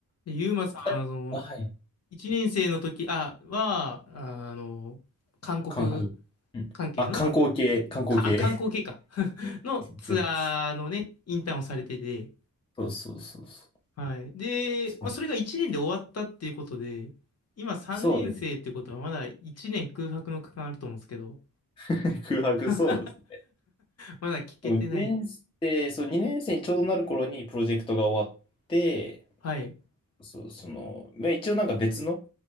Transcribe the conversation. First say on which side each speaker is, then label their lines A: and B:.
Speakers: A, on the left; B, on the left.
A: で、ユーマさんは、
B: あ、
A: その、
B: はい。
A: 1年生の時、あ、は、ああの、韓国
B: 観光。うん。
A: 関係の、
B: あ、観光系、観光系。
A: か、あ、観光系か <laughs>
B: <laughs>
A: のツアーのね、インターンをされてて、
B: そうそうそうそう。
A: はい。で、
B: そう
A: まあ、それが1年で終わったっていうことで、今3年生ってことはまだ1年空白の区間あると思うんですけど、
B: そうです。<laughs> 空白、
A: <laughs>
B: そうです。
A: まだ聞けてない。
B: そう、2年生、そう、2年生にちょうどなる頃にプロジェクトが終わって、
A: はい。
B: そう、その、まあ、一応なんか別の